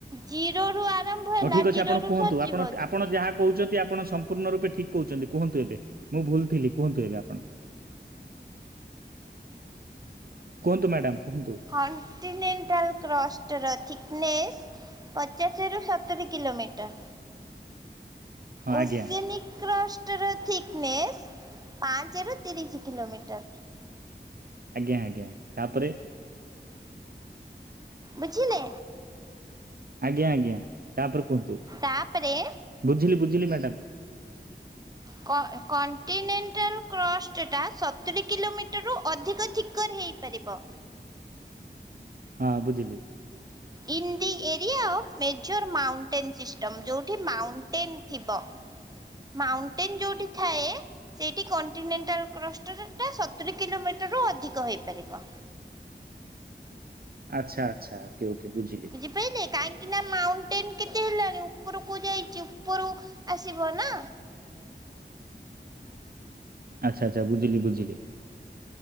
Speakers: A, on the right; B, on the right.
A: ଜିରୋ ରୁ ଆରମ୍ଭ ହେଲା
B: ହଉ ଠିକ୍ ଅଛି
A: ଜିରୋରୁୁ
B: ଆପଣ କୁହନ୍ତୁ
A: ସରିଯିବ
B: ଆପଣ
A: କି?
B: ଆପଣ ଯାହା କହୁଛନ୍ତି କି ଆପଣ ସମ୍ପୂର୍ଣ୍ଣ ରୂପେ ଠିକ୍ କହୁଛନ୍ତି, କୁହନ୍ତୁ ଏବେ ମୁଁ ଭୁଲ ଥିଲି, କୁହନ୍ତୁ ଏବେ ଆପଣ। କୁହନ୍ତୁ୍ ମ୍ୟାଡାମ୍ କୁହନ୍ତୁ।
A: କଣ୍ଟିନେଣ୍ଟାଲ୍ କ୍ରଷ୍ଟର ଥିକନେସ୍ ପଚାଶ ରୁ ସତୁରୀ କିଲୋମିଟର।
B: <inaudible>
A: ଓସେନିକ୍
B: ଆଜ୍ଞା
A: କ୍ରଷ୍ଟ ତର ଥିକନେସ୍ ପାଞ୍ଚ ରୁ ତିରିଶ କିଲୋମିଟର।
B: ଆଜ୍ଞା, ଆଜ୍ଞା, ତାପରେ।
A: ବୁଝିଲେ?
B: ଆଜ୍ଞା, ଆଜ୍ଞା, ତାପରେ କୁହନ୍ତୁ
A: ତାପରେ
B: ବୁଝିଲି ବୁଝିଲି ମ୍ୟାଡାମ୍।
A: କ-ଏ କଣ୍ଟିନେଣ୍ଟାଲ୍ କ୍ରଷ୍ଟଟା ସତୁରୀ କିଲୋମିଟରରୁୁ ଅଧିକ ଥିକର୍ ହେଇ ପାରିବ।
B: ହଁ ବୁଝିଲି।
A: In the area of major mountain system ଯୋଉଠି ମାଉଣ୍ଟେନ୍ ଥିବ। ମାଉଣ୍ଟେନ୍ ଯୋଉଠି ଥାଏ ସେଇଠି କଣ୍ଟିନେଣ୍ଟାଲ୍ କ୍ରଷ୍ଟ ର ଟା ସତୁରୀ କିଲୋମିଟର ରୁ ଅଧିକ ହେଇପାରିବ।
B: ଆଚ୍ଛା, ଆଚ୍ଛା, ଓକେ ଓକେ ବୁଝିଲି।
A: ବୁଝିପାଇଲେ କାହିଁକି ନା ମାଉଣ୍ଟେନ କେତେ ହେଲାଣି ଉପରକୁ ଯାଇଛି ଉପରୁ ଆସିବ ନା?
B: ଆଛା ଆଛା ବୁଝିଲି ବୁଝିଲି?